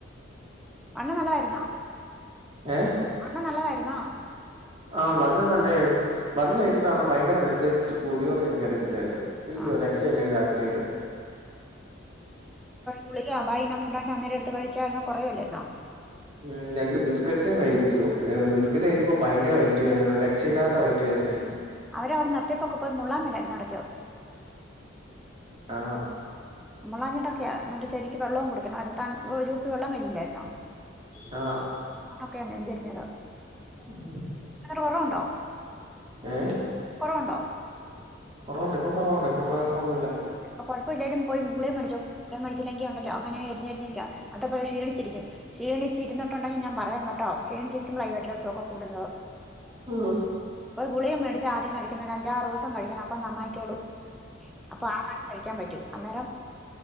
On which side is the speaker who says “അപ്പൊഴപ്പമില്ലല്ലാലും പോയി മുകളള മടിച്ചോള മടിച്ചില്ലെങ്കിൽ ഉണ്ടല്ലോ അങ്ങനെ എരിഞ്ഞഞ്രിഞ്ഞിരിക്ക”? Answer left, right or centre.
Centre